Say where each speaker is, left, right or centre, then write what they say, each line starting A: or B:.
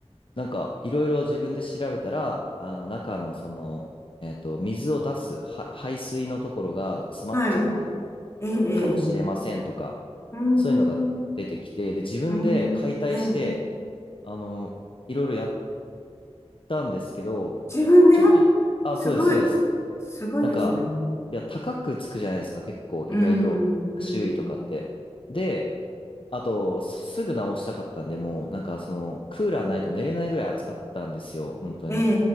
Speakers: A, on the left; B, on the left.
A: なんか、いろいろ自分で調べたら、あの、中のその、えっと、水を出すは排水のところが詰まっちゃってる
B: はい。ええ。ええ
A: かもしれませんとか、
B: うーん。
A: そういうのが出てきて、で、自分で解体して、
B: うん。ええ。
A: あの、いろいろやったんですけど、
B: 自分で
A: ちょっと、あ、
B: すごい。
A: そうです、そうです。
B: すごいですね。
A: なんか、いや、高くつくじゃないですか、結構、
B: うん。
A: 意外と、
B: うん。
A: 修理とかって。で、あと、すぐ直したかったんで、もう、なんか、その、クーラーないと寝れないぐらい暑かったんですよ、本当に。
B: ええ、